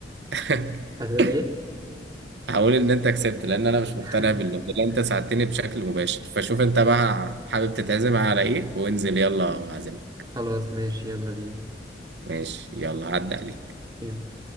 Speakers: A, on the right; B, on the right.
A: ان
B: هتقول
A: <laughs>
B: ايه
A: هقول ان انت كسبت لان انا مش
B: <laughs>
A: مقتنع بالنقطه اللي انت ساعدتني بشكل مباشر فشوف انت بقى حابب تتعزم على ايه وانزل يلا اعزمك
B: خلاص ماشي يلا بينا
A: ماشي يلا عدى عليك
B: يلا